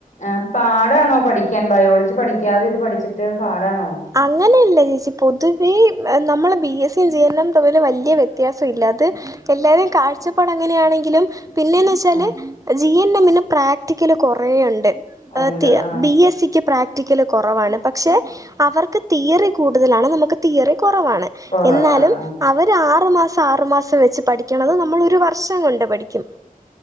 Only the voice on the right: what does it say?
അങ്ങനെയല്ല ചേച്ചി പൊതുവേ നമ്മളെ ബി. എസ്. സി ജിഎൻട്രവലും വല്യ വ്യത്യാസല്ലാ അത്. എല്ലാരേം കാഴ്ചപ്പാട് അങ്ങനെയാണെങ്കിലും. പിന്നെ ന്നെച്ചാല്.
ജി. എൻ. എമ്മിന്. പ്രാക്ടിക്കല് കുറെണ്ട്.
ആതിയ
ബി എസ് സിക്ക് പ്രാക്ടിക്കല് കുറവാണ് പക്ഷെ അവർക്ക് തിയറി കൂടുതലാണ് നമുക്ക് തിയറി കുറവാണ്
എന്നാലും അവര് ആറു മാസം ആറു മാസം വെച്ച് പഠിക്കണത് നമ്മൾ ഒരു വർഷം കൊണ്ട് പഠിക്കും